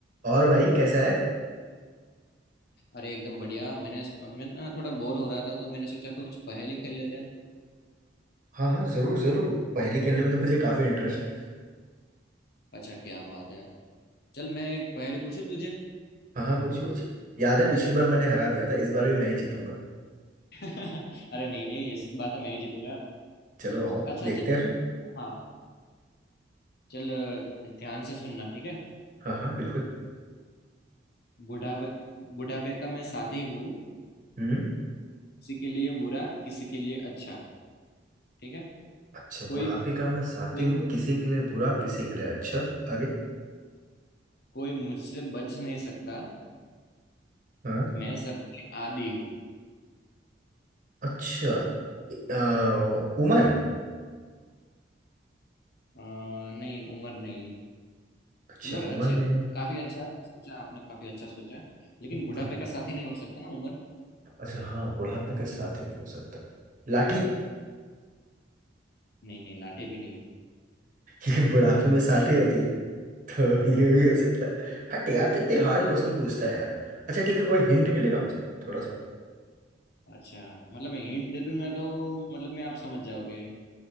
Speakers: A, on the right; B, on the left.
A: और भाई कैसा है
B: अरे एकदम बढ़िया मैंने मैं ना थोड़ा बोर हो रहा था तो मैंने सोचा कुछ पहेली खेल लेते हैं
A: हाँ हाँ जरूर जरूर पहेली खेलने में तो मुझे काफी इंटरेस्ट है
B: अच्छा क्या बात है चल मैं एक पहेली पूछूं तुझे
A: हाँ हाँ पूछ पूछ याद है पिछली बार मैंने हरा दिया था इस बार भी मैं ही जीतूंगा
B: <laughs> अरे नहीं नहीं इस बार तो मैं ही जीतूंगा
A: चलो आओ
B: अच्छा
A: देखते
B: चल
A: हैं फिर
B: हाँ चल अ, ध्यान से सुनना ठीक है
A: हाँ हाँ बिल्कुल
B: बुढ़ापे बुढ़ापे का मैं साथी हूँ
A: हम्म
B: किसी के लिए बुरा किसी के लिए अच्छा ठीक है
A: अच्छा
B: कोई
A: बुढ़ापे का मैं साथी
B: कोई
A: हूँ किसी के लिए बुरा किसी के लिए अच्छा आगे
B: कोई मुझसे बच नहीं सकता
A: हाँ
B: मैं सबके आदी हूँ
A: अच्छा आ, उमर
B: अ, नहीं उम्र नहीं
A: अच्छा
B: उम्र
A: उमर
B: अच्छे
A: नहीं
B: काफी अच्छा है सोचा आपने काफी अच्छा सोचा है। लेकिन बुढ़ापे
A: तो-
B: का साथी नहीं हो सकता ना उम्र
A: अच्छा हाँ बुढ़ापे का साथी नहीं हो सकता लाठी <laughs>
B: नहीं नहीं लाटे भी नहीं
A: ये बुढ़ापे में साथी होती है तो ये भी हो सकता है हट यार तो इतने हार्ड क्वेश्चन पूछता है यार अच्छा ठीक है कोई हिंट मिलेगा मुझे थोड़ा सा
B: अच्छा मतलब मैं हिंट दे दूंगा तो मतलब मैं आप समझ जाओगे